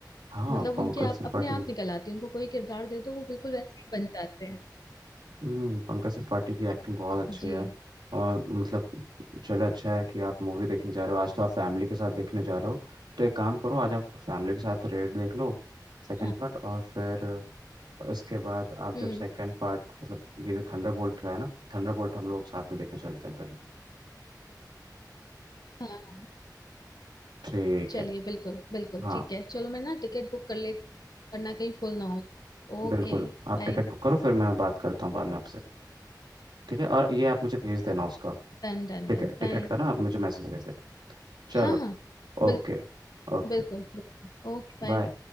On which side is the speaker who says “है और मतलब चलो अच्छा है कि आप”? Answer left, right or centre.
Right